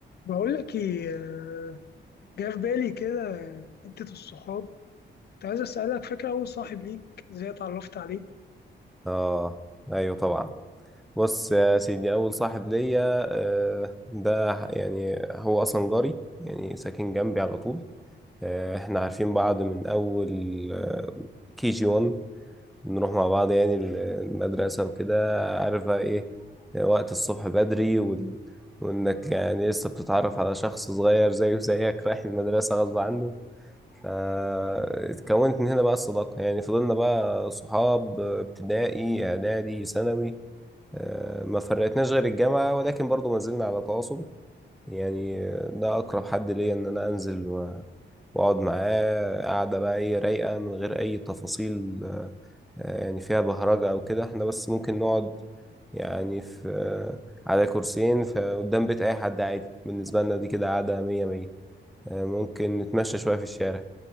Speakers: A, on the left; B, in the centre.
A: بقول لك ايه آه، جه في بالي كده حتة الصحاب كنت عايز اسألك فاكر اول صاحب ليك ازاي اتعرفت عليه
B: اه ايوه طبعا بص يا سيدي اول صاحب ليا آه، ده يعني هو اصلا جاري يعني ساكن جنبي على طول آه، احنا عارفين بعض من اول آه، كي جي 1 بنروح مع بعض يعني ال- المدرسة وكده عارف بقى ايه آه، وقت الصبح بدري وال... وانك يعني لسه بتتعرف على شخص صغير زيه زيك رايح المدرسة غصب عنه فاتكونت من هنا بقى الصداقة يعني فضلنا بقى صحاب ابتدائي إعدادي ثانوي آه، ما فرقتناش غير الجامعة ولكن برضو ما زلنا على تواصل يعني آه، ده أقرب حد ليا إن أنا أنزل و- وأقعد معاه قعدة بقى إيه رايقة من غير أي تفاصيل آه، يعني فيها بهرجة أو كده إحنا بس ممكن نقعد يعني في آه، على كرسيين في قدام بيت أي حد عادي بالنسبة لنا دي كده قعدة مية مية آه، ممكن نتمشى شوية في الشارع